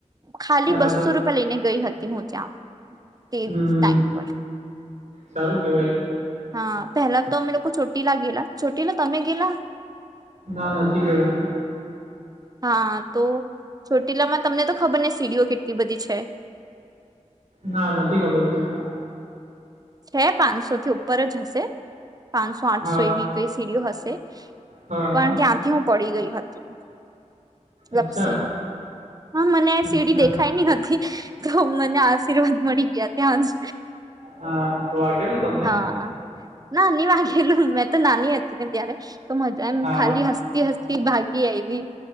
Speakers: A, on the right; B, on the right.
A: ખાલી
B: બરાબર
A: બસો રૂપિયા લઈને ગઈ હતી હું ત્યાં તે
B: હમ
A: ટાઈમ પર.
B: સારું કેવાય.
A: હા પેલા તો અમે લોકો છોટીલા ગેલા છોટીલા તમે ગેલા.
B: ના નથી ગયોું.
A: હા તો ચોટીલા માં તમને તો ખબર ને સીડીઓ કેટલી બધી છે. <inaudible>
B: ના નથી ખબર ક્યાં.
A: છે પાંચસો થી ઉપર જ હશ, પાંચસો આઠસો
B: હા
A: એવી કઈ સીડીઓ હશે.
B: હા
A: પણ
B: હા
A: ત્યાંથી હું પડી ગઈ હતી, લપ્સીમાં
B: અચ્છા
A: હા મને
B: અચ્છા
A: સીડી દેખાય નહી હતી તો મને આ આશીર્વાદ મળી ગયા ત્યાં જ.
B: હા વાગેલું તમને.
A: હા નાની વાગેલું મેં તો નાની હતી ને ત્યારે. તો મજા એમ
B: હા
A: ખાલી હસતી હસતી ભાગી આવી